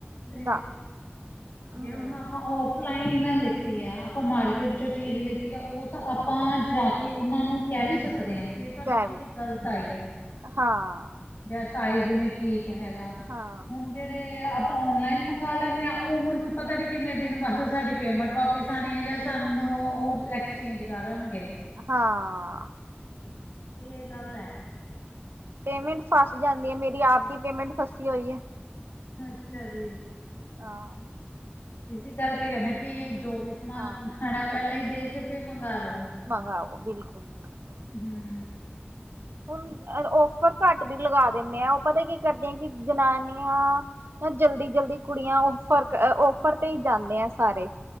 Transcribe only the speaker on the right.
ਨਾ ਹਮ
ਕੈ
ਵੀ
ਹਾਂ।
ਹਾਂ
ਹਾਂ।
ਪੇਮੈਂਟ ਫਸ ਜਾਂਦੀ ਏ ਮੇਰੀ ਆਬਦੀ ਪੇਮੈਂਟ ਫਸੀ ਹੋਈ ਐ।
ਹਾਂ।
ਹਾਂ
ਮੰਗਾਓ ਬਿਲਕੁਲ-ਬਿਲਕੁਲ।
ਹੁਨ ਓਫਰ ਘੱਟ ਦੀ ਲਗਾ ਦਿੰਨੇ ਆ ਓ ਪਤਾ ਕੀ ਕਰਦੇ ਆ ਕੀ ਜਨਾਨੀਆਂ ਜਲਦੀ-ਜਲਦੀ ਕੁੜੀਆਂ ਓਫਰ-ਓਫਰ ਤੇ ਈ ਜਾਂਨੇ ਆ ਸਾਰੇ।